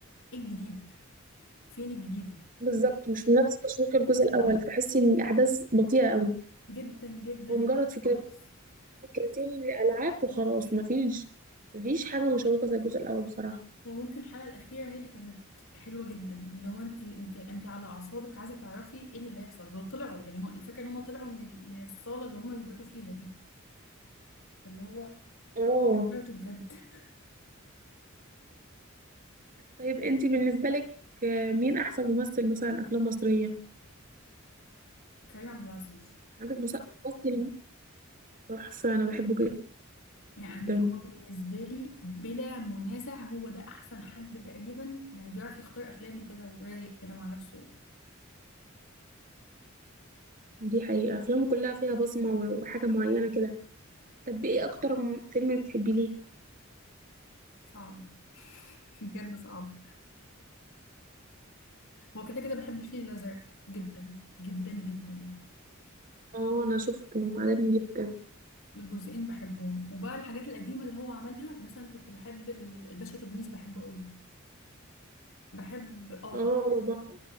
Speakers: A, on the left; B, on the right.
A: ايه الجديد فين الجديد
B: بالظبط مش من نفس تشويق الجزء الأول تحسي إن الأحداث بطيئة قوي
A: جدا جدا
B: هو
A: اللي
B: مجرد فكرة
A: هو خلاص
B: فكرتين الألعاب وخلاص مفيش مفيش حاجة مشوقة زي الجزء الأول بصراحة
A: وممكن الحلقة الأخيرة هي اللي كانت حلوة جدا اللي هو انت انت انت على أعصابك عايزة تعرفي ايه اللي هيحصل لو طلعوا يعني هو الفكرة ان هم طلعوا من ال... من الصالة اللي هم بيباتوا فيها دي اللي هو
B: اه
A: طلعته بجد
B: طيب انتي بالنسبة لك آه، مين أحسن ممثل مثلا أفلام مصرية
A: كريم عبد العزيز
B: عندك مس- ممثل تحفة أنا بحبه
A: يعني
B: جدا
A: هو بالنسبة لي بلا منازع هو ده أحسن حد تقريبا يعني بيعرف يختار أفلامه كده ورايق كده مع نفسه
B: دي حقيقة أفلامه كلها فيها بصمة وحاجة معينة كده طب ايه أكتر م- فيلم بتحبيه ليه؟
A: صعب <laughs> بجد صعب هو كده كده بحب الفيل الأزرق جدا جدا جدا
B: اه انا شفته عجبني جدا
A: الجزئين بحبهم وبقى الحاجات القديمة اللي هو عملها مثلا كنت بحب ال- الباشا تلميذ بحبه قوي بحب اه
B: اه هو بحر